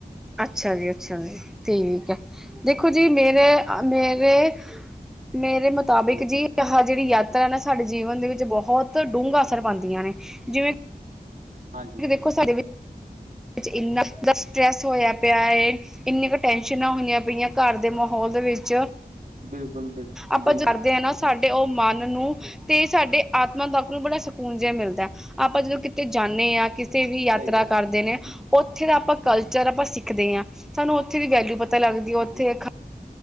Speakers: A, in the centre; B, on the right.
A: ਅੱਛਾ ਜੀ-ਅੱਛਾ ਜੀ ਠੀਕ ਹੈ ਦੇਖੋ ਜੀ ਮੇਰੇ- ਮੇਰੇ ਮੇਰੇ ਮਤ ਮੁਤਾਬਿਕ
B: ਹਾਂਜੀ
A: ਜੀ ਆਹ ਜਿਹੜੀ ਯਾਤਰਾ ਨਾ ਸਾਡੇ ਜੀਵਨ ਦੇ ਵਿੱਚ ਬਹੁਤ ਡੂੰਘਾ ਅਸਰ ਪਾਂਦੀਆਂ ਨੇ ਜਿਵੇਂ
B: ਹਾਂਜੀ
A: ਕਿਉਂਕਿ
B: ਹਾਂਜੀ
A: ਦੇਖੋ ਸਾਡੇ ਵਿੱਚ ਇੰਨਾ ਜ਼ਿਆਦਾ ਸਟਰ੍ਰੈਸ ਹੋਇਆ ਪਿਆ ਏ। ਇੰਨੀਆਂ ਕੁ ਟੈਨਸ਼ਨਾਂ ਹੋਈਆਂ ਪਈਆਂ ਘਰ ਦੇ ਮਾਹੌਲ ਦੇ ਵਿੱਚ।
B: ਬਿਲਕੁਲ। ਬਿਲ
A: ਆਪਾਂ
B: ਬਿਲਕੁਲ
A: ਜਾਂਦੇ ਹਾ ਨਾ। ਸਾਡੇ ਉਹ ਮਨ ਨੂੰ ਤੇ ਸਾਡੇ ਆਤਮਾ ਤੱਕ ਨੂੰ ਬੜਾ ਸਕੂਨ ਜਿਹਾ ਮਿਲਦਾ ਆਪਾਂ ਜਦੋਂ। ਕਿਤੇ ਜਾਂਦੇ ਹਾਂ, ਕਿਤੇ ਵੀ ਯਾਤਰਾ
B: ਸਹੀ ਗੱਲ
A: ਕਰਦੇ ਨੇ
B: ਜੀ
A: ਉਹ। ਉੱਥੇ ਦਾ ਆਪਾਂ ਕਲਚਰ ਆਪਾਂ ਸਿੱਖਦੇ ਹਾਂ। ਸਾਨੂੰ ਉੱਥੇ ਦੀ ਵੈਲਿਊ ਪਤਾ ਲੱਗਦੀ ਹੈ ਉੱਥੇ।
B: ਜੀ ਜੀ